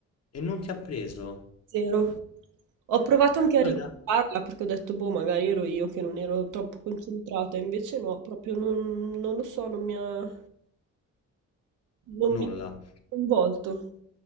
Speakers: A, on the left; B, on the right.
A: E non ti ha preso?
B: Zero. Ho provato anche a
A: Guarda,
B: riguardarla perché ho detto, boh, magari ero io che non ero troppo concentrata, invece no, proprio non, non lo so, non mi ha, non
A: nulla.
B: mi ha coinvolto.